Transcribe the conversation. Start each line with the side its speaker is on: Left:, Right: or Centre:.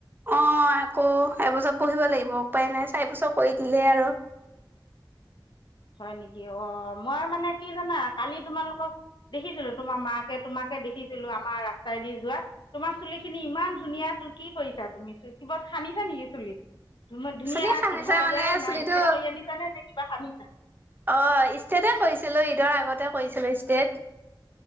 Right: অ' আকৌ এবছৰ পঢ়িব লাগিব। উপায় নাই। চাৰি বছৰ কৰি দিলে আৰু।
Left: হয় নেকি? অ'। মই মানে কি জানা? কালি তোমালোকক দেখিছিলোঁ। তোমাৰ মাকে, তোমাকে দেখিছিলোঁ, আমাৰ ৰাস্তাইদি যোৱা। তোমাৰ চুলিখিনি ইমান ধুনীয়া, তো কি কৰিছা তুমি চু-? কিবা সানিছা নেকি চুলিত? ধুনীয়া
Right: চুলি খান্দিছে
Left: চিধা
Right: মানে
Left: যে। নাই
Right: চুলিটো
Left: ইষ্ট্ৰেট কৰি আনিছা নে? নে কিবা সানিছা?
Right: অ' ইষ্ট্ৰেটে কৰিছিলোঁ। ঈদৰ আগতে কৰিছিলোঁ ইষ্ট্ৰেট।